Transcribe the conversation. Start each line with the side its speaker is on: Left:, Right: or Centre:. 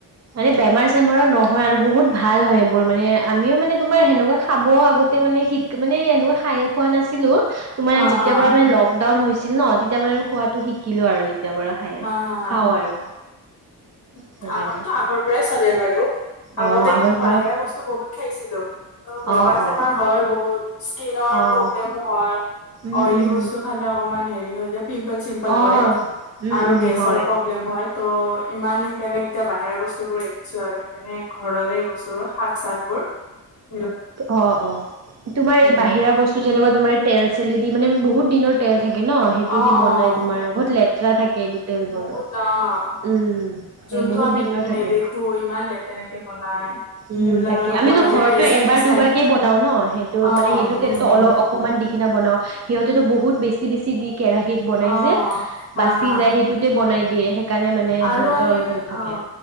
Right: মানে বেমাৰ চেমাৰো নহয় আৰু বহুত ভাল হয় এইবোৰ মানে আমিও মানে তোমাৰ সেনেকুৱা খাব আগতে মানে শঠিক মানে এনেকুৱা খায়ে খোৱা নাছিলোঁ৷ তোমাৰ
Left: অ',
Right: যেতিয়া
Left: অ',
Right: পৰা মানে লকডাউন হৈছিল ন তেতিয়া মানে খোৱাতটো শিকিলো আৰু তেতিয়া পৰা৷ খাই
Left: হা, হা।
Right: খাওঁ আৰু।
Left: উম
Right: সেইকাৰণে
Left: আমাৰতো আগৰ পৰাই চলে বাৰু। আগতে
Right: অ' আগৰ
Left: কিন্তু
Right: পৰাই
Left: বাহিৰা বস্তু বহুত খাইছিলো। অঁ বেমাৰ
Right: অ',
Left: চেমাৰ
Right: অ',
Left: হয়, বহুত স্কিনৰ
Right: অ',
Left: প্ৰব্লেমো হয়।
Right: উম,
Left: অইলি
Right: উম,
Left: বস্তু খালে অকমান পিম্পল চিমল
Right: অ',
Left: হয়
Right: উম,
Left: আৰু
Right: উম,
Left: গেছৰ
Right: হয়।
Left: প্ৰব প্ৰব্লেম হয় ত ইমান সেইকাৰণে এতিয়া বাহিৰৰ বস্তু বোৰ এৰিছো আৰু সেইকাৰণে ঘৰৰে এই বস্তুবোৰ শাক চাক বোৰ <inaudible>
Right: অ-অ তোমাৰ
Left: উম,
Right: এই বাহিৰা বস্তু যেনেকুৱা তোমাৰ তেল চেলেদি মানে বহুত দিনত তেল থাকে ন সেইটো
Left: অ',
Right: দি বনাই
Left: অ',
Right: তোমাৰ বহুত লেতেৰা থাকেএইটোত৷ টেল গৰ
Left: বহুত অ',
Right: উম
Left: যোনটো
Right: বহুত
Left: আমি
Right: দিনৰ থাকে৷
Left: নেদেখো ইমান লেতেৰাকে বনাই।
Right: উম
Left: সেইবিলাক
Right: তাকে
Left: আৰু
Right: আমিতো
Left: খোৱা
Right: ঘৰতো
Left: যায় টেষ্টি
Right: এবাৰ
Left: চাই।
Right: দুবাৰ কে বনাও ন সেইটো
Left: অ',
Right: মানে সেইটো
Left: হুম,
Right: তেলতটো
Left: হুম,
Right: অলপ অকণমান দি কিনে বনাওঁ সিহঁতেতো বহুত বেছি বেছি দি কেৰাহীত বনাই
Left: অ',
Right: যে
Left: হা,
Right: বাচি
Left: হা
Right: যায় সেইটোতে বনাই দিয়ে সেইকাৰণে মানে
Left: আৰু
Right: সিহঁতৰ
Left: আমি
Right: অলপ হেৰি থাকে
Left: অ